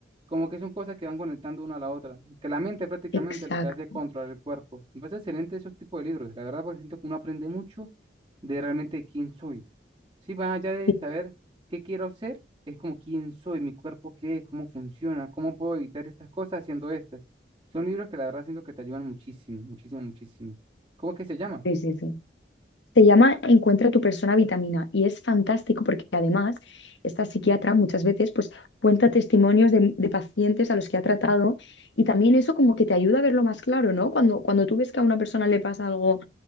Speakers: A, on the right; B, on the left.
A: como que son cosas que van conectando una a la otra, que la mente prácticamente
B: Exacto.
A: lo que hace es controlar el cuerpo. Me parece excelente esos tipos de libros, la verdad porque siento que uno aprende mucho de realmente quién soy. Sí, más allá de
B: Sí,
A: saber qué quiero ser, es como quién soy, mi cuerpo qué es, cómo funciona, cómo puedo evitar estas cosas haciendo estas. Son libros que la verdad siento que te ayudan muchísimo, muchísimo, muchísimo. ¿Cómo es que se llama?
B: sí, sí. sí. Se llama Encuentra tu persona vitamina y es fantástico porque además esta psiquiatra muchas veces pues cuenta testimonios de, de pacientes a los que ha tratado y también eso como que te ayuda a verlo más claro, ¿no? Cuando, cuando tú ves que a una persona le pasa algo